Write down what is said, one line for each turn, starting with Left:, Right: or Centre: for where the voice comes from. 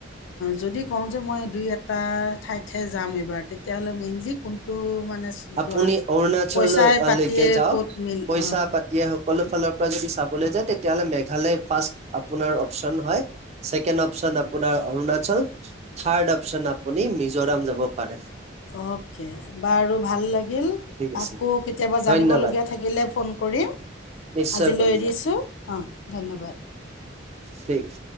Left: যদি কওঁ যে মই দুই এটা ঠাইতহে যাম এইবাৰ তেতিয়াহলে মেইনলি কোনটো মানে
Right: আপুনি
Left: যোৱা
Right: অৰুণাচল
Left: পইচাই
Right: ললৈকে
Left: পাতিয়ে
Right: যাওক
Left: ক'ত মিল
Right: পইচা
Left: অঁ
Right: পাতিয়ে হওক সকলো ফালৰ পৰা যদি চাবলৈ যায় তেতিয়াহ'লে মেঘালয় ফাৰ্ষ্ট আপোনাৰ অপচন হয় ছেকেণ্ড অপচন আপোনাৰ অৰুণাচল থাৰ্ড অপশন আপুনি ম জোৰাম যাব পাৰে
Left: অকে বাৰু ভাল লাগিল
Right: ঠিক আছে
Left: আকৌ কেতিয়াবা জানিবলগীয়া
Right: ধন্যবাদ
Left: থাকিলে ফোন কৰিম
Right: নিশ্চয়
Left: আজিলৈ
Right: কৰিব
Left: এৰিছোঁ অঁ ধন্যবাদ
Right: ছিক্স